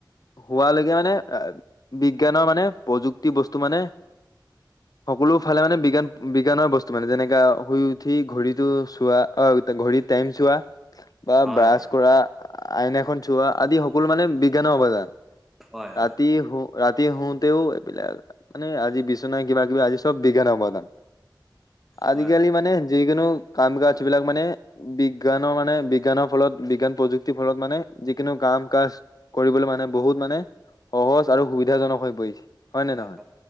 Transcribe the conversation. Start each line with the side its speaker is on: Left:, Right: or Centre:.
Left: হোৱালৈকে মানে বিজ্ঞানৰ মানে প্ৰযুক্তি বস্তু মানে সকলো ফালে মানে বিজ্ঞান বিজ্ঞানৰ বস্তু মানে। যেনেকা শুই উঠি ঘড়ীটো চোৱা অ ঘড়ী টাইম চোৱা। বা
Centre: হয়
Left: ব্ৰাছ কৰা আইনা খন চোৱা আদি সকলো মানে বিজ্ঞানৰ অবদান।
Centre: হয় হয়
Left: ৰাতি হু ৰাতি। ৰাতি শোওঁতেও এইবিলাক মানে আজি বিচনা কিবা কিবা আজি চব বিজ্ঞানৰ অৱদান। আজিকালি
Centre: হয় হয়
Left: মানে যিকোনো কাম কাজবিলাক মানে বিজ্ঞান। মানে বিজ্ঞানৰ ফলত বিজ্ঞান প্ৰযুক্তিৰ ফলত মানে যিকোনো কাম কাজ কৰিবলৈ মানে বহুত মানে সহজ আৰু সুবিধাজনক হৈ পৰিছে। নে
Centre: হয়
Left: নহয়?